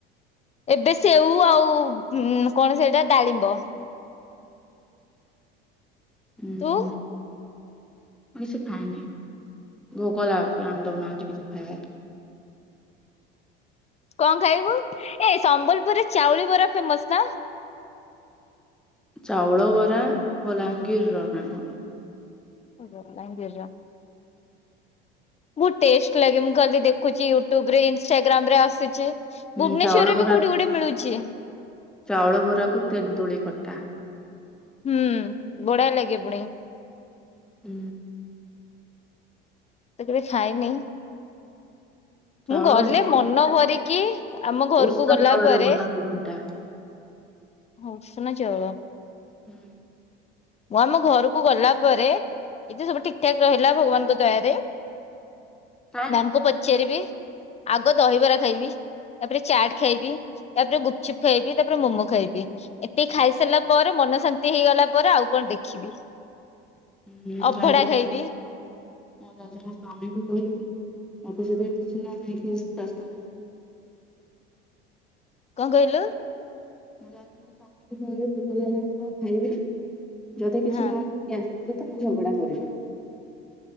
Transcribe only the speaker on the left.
ଏବେ ସେଉ ଆଉ କଣ ସେଇଟା ଡାଳିମ୍ବ।
ତୁ
କଣ ଖାଇବୁ? ଏ ସମ୍ବଲପୁରରେ ଚାଉଳି ବରା ଫେମସ ନା।
ଓ ହ ବଲାଙ୍ଗୀରର। ବହୁତ ଟେଷ୍ଟ ଲାଗେ। ମୁଁ କାଲି ଦେଖୁଛି ୟୁଟ୍ୟୁବରେ ଇନଷ୍ଟାଗ୍ରାମରେ ଆସୁଛି।
ଭୁବନେଶ୍ୱରରେ
ବି କୋଉଠି ଗୋଟେ ମିଳୁଛି।
ହୁଁ ବଢିଆ ଲାଗେ ପୁଣି।
ତ କେବେ ଖାଇନି।
ମୁଁ ଗଲେ
ମନ ଭରିକି ଆମ ଘରକୁ
ଗଲା
ପରେ
ହଁ ଉସୁନା ଚାଉଳ।
ମୁଁ ଆମ ଘରକୁ ଗଲା ପରେ ଏଇତ ସବୁ ଠିକ ଠାକ ରହିଲା ଭଗବାନଙ୍କ ଦୟାରେ।
ମ୍ୟାମକୁ ପଚାରିବି ଆଗ ଦହିବରା ଖାଇବି। ତାପରେ ଚାଟ୍ ଖାଇବି। ତାପରେ ଗୁପଚୁପ ଖାଇବି। ତାପରେ ମୋମୋ ଖାଇବି। ଏତିକି ଖାଇସାରିଲା ପରେ ମନ ଶାନ୍ତି ହେଇଗଲା ପରେ ଆଉ କଣ ଦେଖିବି।
ଅଭଡା
ଖାଇବି
କଣ କହିଲ?
ହଁ